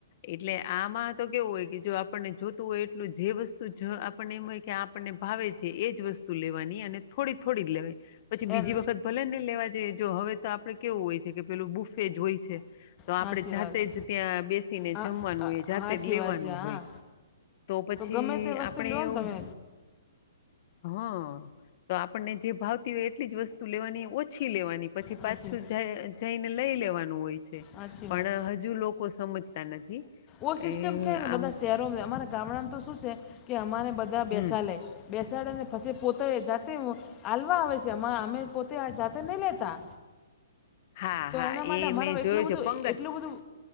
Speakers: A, on the left (about 40°); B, on the left (about 25°).
A: એટલે આમાં તો કેવું હોય કે જો આપણને જોતું હોય એટલું જે વસ્તુ જ આપણને એમ હોય કે આપને ભાવે છે એજ વસ્તુ લેવાની અને થોડી થોડી જ લેવાય. પછી બીજી
B: એમ
A: વખત ભલે નને લેવા જઈએ જો હવે તો આપડે કેવું હોય છે કે પેલું બુફેજ હોય છે. તો
B: સાચી
A: આપણે જાતે
B: વાત છે
A: જ ત્યાં બેસીને
B: હા
A: જમવાનું
B: હા,
A: હોય
B: સાચી
A: જાતે જ લેવાનું
B: વાત છે હા
A: હોય. તો પછી
B: ગમે તે વસ્તુ
A: આપણે
B: લો
A: એવું.
B: ને તમે
A: હા તો આપણને જે ભાવતી હોય એટલી જ વસ્તુ લેવાની ઓછી લેવાની. પછી
B: સાચી
A: પાછું જ જઈને લઈ લેવાનું હોય છે
B: સાચી
A: પણ
B: વાત
A: હજુ લોકો સમજ તા નથી.
B: ઓ સિસ્ટમ
A: એ
B: ક્યા
A: આમ
B: ને બધા શહેરો અમારા ગામડામાં તો શું છે કે અમારે બધા
A: હમ
B: બેસા લે. બેસાડે ને પસે પોતે એ જાતે. હાલવા આવે છે અમ અમે પોતે જાતે નઈ લેતા.
A: હા
B: તો
A: હા
B: એના માટે
A: એ
B: અમારે
A: મેં જોયું
B: એટલું બધું
A: છે પંગત
B: એટલું બધું.